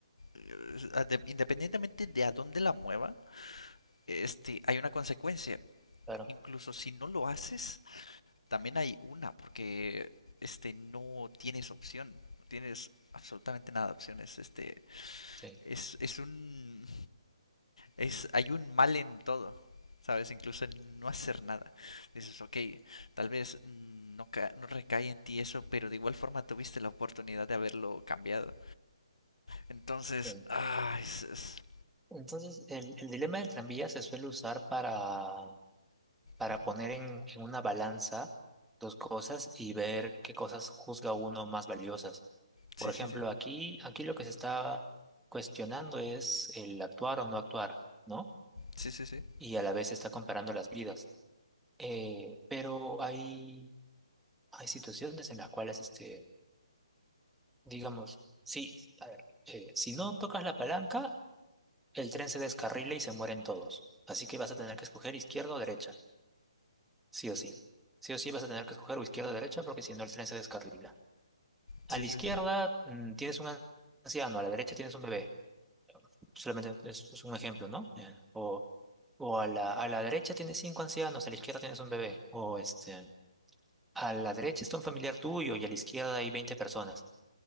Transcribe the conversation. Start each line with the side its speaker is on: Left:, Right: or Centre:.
Left: de- independientemente de a dónde la mueva, este, hay una consecuencia.
Centre: Claro,
Left: Incluso si no lo haces, también hay una, porque este, no tienes opción, no tienes absolutamente nada de opciones. Este,
Centre: Sí.
Left: es, es un, Es, hay un mal en todo, ¿sabes? Incluso en no hacer nada. Dices, ok, tal vez mm, no, ca- no recae en ti eso, pero de igual forma tuviste la oportunidad de haberlo cambiado. Entonces,
Centre: sí.
Left: ah, es... es-
Centre: Entonces, el, el dilema del tranvía se suele usar para, para
Left: Ujú.
Centre: poner en, en una balanza dos cosas y ver qué cosas juzga uno más valiosas.
Left: Sí,
Centre: Por ejemplo,
Left: sí, sí.
Centre: aquí, aquí lo que se está cuestionando es el actuar o no actuar, ¿no?
Left: Sí, sí, sí.
Centre: Y a la vez se está comparando las vidas. Eh, pero hay, hay situaciones en las cuales, este, digamos, sí, a ver, eh, si no tocas la palanca, El tren se descarrila y se mueren todos. Así que vas a tener que escoger izquierda o derecha. Sí o sí. Sí o sí vas a tener que escoger o izquierda o derecha porque si no el tren se descarrila. A
Left: Sí,
Centre: la izquierda
Left: sí, sí.
Centre: mm, tienes un anciano, a la derecha tienes un bebé. Solamente es, es un ejemplo, ¿no? Ya. O, o a la, a la derecha tienes cinco ancianos, a la izquierda tienes un bebé. O este, a la derecha está un familiar tuyo y a la izquierda hay 20 personas.